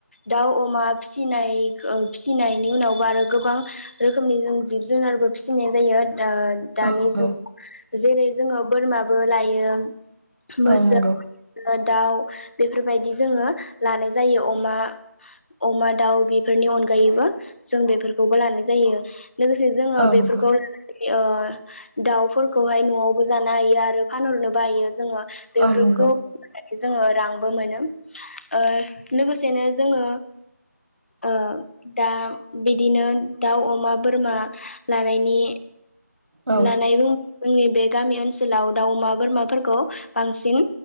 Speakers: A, on the left (about 45°); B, on the right (about 60°).
A: दाउ अमा फिनाय फिसिनायनि उनावबो आरो गोबां रोखोमनि जों जिब जुनारबो फिसिनाय जायो। द दानि
B: औ नंगौ
A: जुग जेरै जोङो बोरमाबो लायो। <unintelligible>
B: औ नंगौ
A: दाउ बेफोरबाय दि जोङो लानाय जायो अमा अमा दाउ बेफोरनि अनगायैबो जों बेफोरखौबो लानाय जायो। लोगोसे जोङो
B: औ
A: बेफोरखौ
B: नंगौ
A: लानानै ओ दाउफोरखौहाय न'आवबो जानो हायो आरो फानहरनोबो हायो जोङो। बेफोरखौ
B: औ नंगौ
A: जोङो रांबो मोनो। ओ लोगोसेनो जोङो ओ दा बिदिनो दाउ अमा बोरमा लानायनि
B: औ
A: होननानै बुं। जोंनि बे गामि ओनसोलाव दाउ अमा बोरमाफोरखौ बांसिन